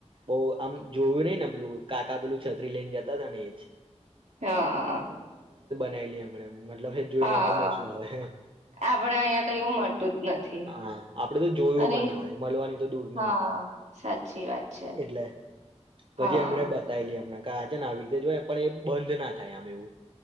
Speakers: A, on the right; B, on the right.
A: બહુ આમ? જોયું નઈ ને, પેલું કાકા પેલું છત્રી લઈને જતા હતાા ને, એ જ.
B: હા.
A: <unintelligible> મતલબ, એ જોઈને
B: હા
A: આપને શું આવે?
B: આપડે અહિયાં તો એવું મળતું જ નથી
A: હા, આપડે તો જોયું
B: અને
A: પણ ના હોય, મળવાની તો દૂર ની
B: હા
A: હોય,
B: સાચી વાત છે
A: એટલે પછી
B: હા
A: એમણે બતાવી લ <unintelligible> આવી રીતે જો પણ એ બંધ ના થાય, આમ એવું.